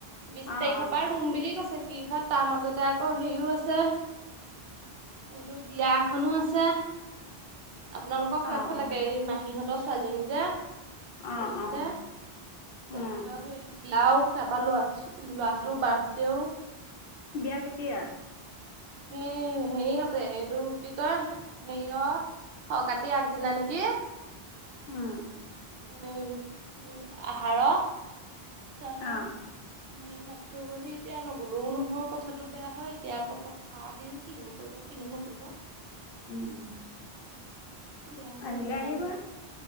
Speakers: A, on the right; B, on the left.
A: বিশ
B: অঁ
A: তাৰিখৰ পৰা ৰুম বুলি কৈছে। কি হয় তাৰ মাজতে আকৌ হেৰিও আছে এইটো বিয়াখনো আছে। আপোনালোকৰ সেইফালকে
B: অঁ
A: এই মাহীহঁতৰ ছোৱালীজনী যে
B: অঁ
A: পৰিছিলে
B: অঁ অঁ
A: তেহেঁতৰ সেইৰি লাও তাৰপা লোৱা লৰাটো বাৰ্থডে ও।
B: বিয়া কেতিয়া?
A: এয়ে হেৰিয়হঁতে এইটো কি কয় সেই অ' কাতি আগদিনা নেকি?
B: উম,
A: উম, উম, আহাৰ তাৰ পৰাৰা
B: অঁ
A: হেই মাতি থয় গ'লহি এতিয়া নগ'লেও নহয় কথাটো বেয়া হয়, এতিয়া আকৌ পথাৰৰ দিন কিনো কৰিব। কিনো নো কৰিব।
B: <unintelligible>
A: দেহশৰ
B: আহিলে
A: জোৱাইটো
B: আহিবা